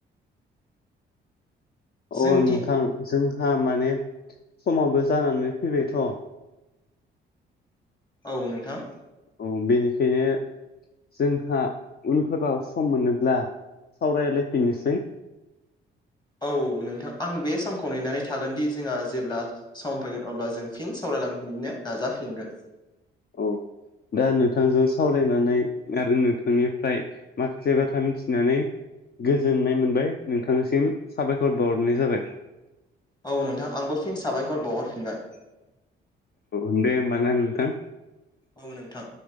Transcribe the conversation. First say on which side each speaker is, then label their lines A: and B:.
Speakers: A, on the left; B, on the left.
A: अ
B: जोंदि
A: नोंथां जोंहा माने समावबो जानानै फैबायथ'
B: औ नोंथां।
A: औ बेनिखायनो जोंहा उनफोराव सम मोनोब्ला सावरायलायफिननोसै
B: औ नोंथां आं बे समखौ नेनानै थागोनदि जोंहा जेब्ला सम फैगोन अब्ला जों फिन सावरायलांफिननो नाजाफिनगोन।
A: औ दा नोंथांजों सावरायनानै आरो नोंथांनिफ्राय माखासे बाथ्रा मिथिनानै गोजोननाय मोनबाय नोंथांनिसिम साबायखर बावहरनाय जाबाय।
B: औ नोंथां आंबो फिन साबायखर बावहरफिनबाय।
A: औ दे होमबा नोंथां।
B: औ नोंथां।